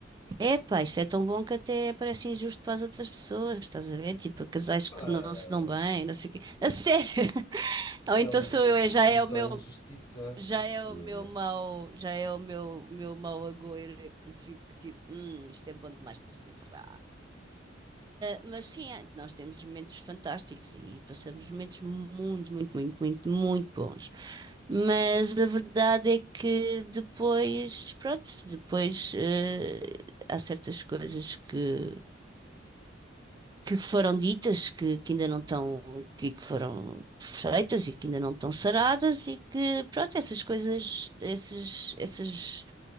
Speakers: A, on the right; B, on the left.
A: É, pá, isto é tão bom que até parece injusto para as outras pessoas, estás a ver? Tipo, casais que
B: Ah,
A: não se dão bem, não sei o quê. A sério! <laughs>
B: não
A: Ou
B: tem
A: então
B: nada a
A: sou
B: ver com
A: eu,
B: justiça
A: é- já é o meu,
B: ou injustiça.
A: já
B: Isso
A: é o meu
B: é.
A: mau, já é o meu, meu mau agouro é que fico tipo, hum, isto é bom demais para ser verdade. Mas sim, é, nós temos momentos fantásticos e passamos momentos muito, muito, muito, muito, muito bons. Mas a verdade é que depois, pronto, depois eh, há certas coisas que, que foram ditas que, que ainda não estão, que, que foram feitas e que ainda não estão saradas e que, pronto, essas coisas, esses, essas